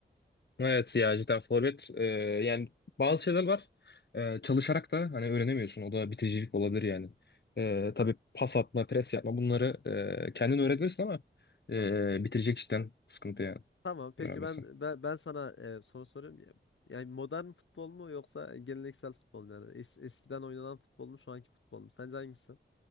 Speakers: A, on the left (about 60°); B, on the left (about 85°).
A: Evet ya cidden forvet e, yani bazı şeyler var E, çalışarak da hani öğrenemiyorsun o da biticilik olabilir yani e, tabii
B: Ha,
A: pas atma pres yapma bunları e, kendin öğrenirsin ama e,
B: tabii.
A: bitirecek cidden sıkıntı yani
B: Tamam peki
A: öğrenmesi.
B: ben ben, ben sana e, soru soruyorum. Ya- Yani modern futbol mu yoksa geleneksel futbol mu yani Es- eskiden oynanan futbol mu şu anki futbol mu? Sence hangisi?